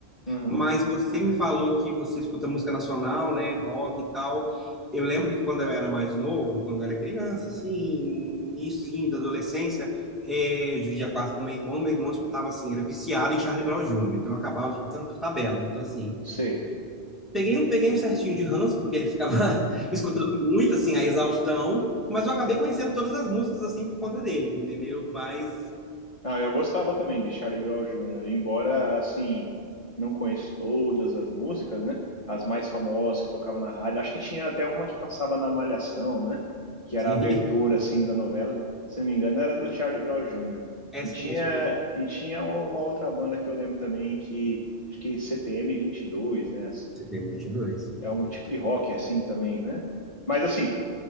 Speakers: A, on the left; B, in the centre.
A: Uhum,
B: Mas você me falou que você escuta música nacional, né, rock e tal. Eu lembro que quando eu era mais novo, quando eu era criança, assim, início da adolescência, eh, eu dividia quarto com meu irmão, meu irmão escutava assim, era viciado em Charlie Brown Jr., então eu acabava escutando por tabela. Então, assim,
A: sei,
B: peguei um, peguei um certinho de ranço, porque ele ficava <laughs> escutando muito, assim, a exaustão, mas eu
A: sei.
B: acabei conhecendo todas as músicas, assim, por conta dele, entendeu? Mas,
A: Ah, eu gostava também de Charlie Brown Júnior. embora, assim, não conheço todas as músicas, né? As mais famosas que tocava na rádio. Acho que tinha até uma que passava na Malhação, né? Que era
B: sim,
A: a abertura, assim, da novela. Se não me engano, era do Charlie Brown Júnior.
B: <laughs> é
A: E
B: assim,
A: tinha,
B: é isso mesmo.
A: e tinha uma outra banda que eu lembro também, que acho que C P M vinte e dois, né?
B: CPM 22.
A: É um tipo de rock, assim, também, né? Mas, assim,